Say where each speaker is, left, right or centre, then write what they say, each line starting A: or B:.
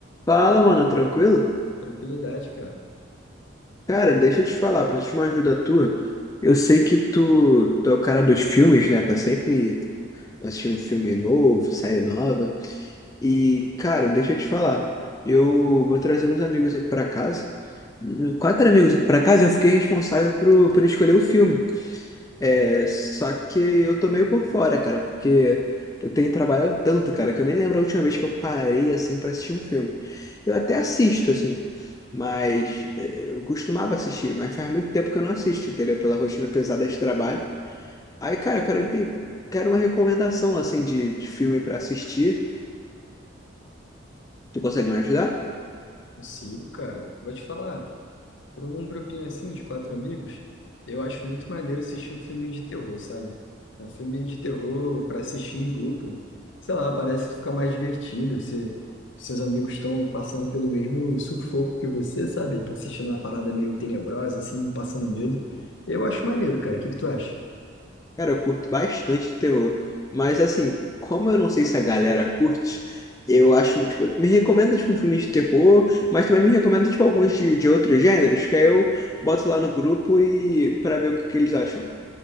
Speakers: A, on the left; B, on the left.
A: Fala, mano, tranquilo?
B: Tranquilidade, cara.
A: Cara, deixa eu te falar, preciso de uma ajuda tua. Eu sei que tu, tu é o cara dos filmes, né? Tá sempre assistindo filme novo, série nova. E, cara, deixa eu te falar. Eu vou trazer uns amigos aqui pra casa. Quatro amigos aqui pra casa e eu fiquei responsável por, por escolher o filme. É, só que eu tô meio por fora, cara, porque eu tenho trabalhado tanto, cara, que eu nem lembro a última vez que eu parei, assim, pra assistir um filme. Eu até assisto, assim, mas é, eu costumava assistir, mas faz muito tempo que eu não assisto, entendeu? Pela rotina pesada de trabalho. Aí, cara, eu quero, ente- quero uma recomendação, assim, de, de filme pra assistir. Tu consegue me ajudar?
B: Consigo, cara. Vou te falar, para um grupinho assim de quatro amigos, eu acho muito maneiro assistir um filme de terror, sabe? Um filme de terror para assistir em grupo, sei lá, parece que fica mais divertido. Você, seus amigos estão passando pelo mesmo sufoco que você, sabe? Assistindo uma parada meio tenebrosa, assim, passando medo. Eu acho maneiro, cara. O que que tu acha?
A: Cara, eu curto bastante terror. Mas assim, como eu não sei se a galera curte, eu acho, tipo, me recomenda tipo um filme de terror, mas também me recomenda tipo alguns de, de outros gêneros, que aí eu boto lá no grupo e para ver o que, que eles acham.